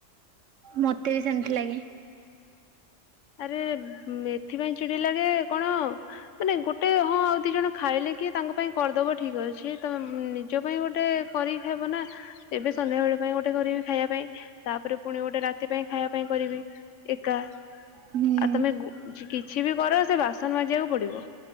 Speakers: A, on the right; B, on the left.
A: ମତେ ବି ସେମିତି ଲାଗେ।
B: ଆରେ ଏଥିପାଇ ଚିଡ଼ି ଲାଗେ କଣ? ମାନେ ଗୋଟେ ହଁ ଆଉ ଦି ଜଣ ଖାଇଲେ କିଏ ତାଙ୍କ ପାଇଁ କରିଦବ ଠିକ୍ ଅଛି ତ ନିଜ ପାଇଁ ଗୋଟେ କରିକି ଖାଇବ ନା। ଏବେ ସନ୍ଧ୍ୟା ବେଳେ ପାଇଁ ଗୋଟେ କରିବି ଖାଇବା ପାଇଁ। ତାପରେ ପୁଣି ଗୋଟେ ରାତି ପାଇଁ ଖାଇବା ପାଇଁ କରିବି। ଏକା।
A: ହୁଁ
B: ଆଉ ତମେ କିଛି ବି କର ସେ ବାସନ ମାଜିବାକୁ ପଡିବ।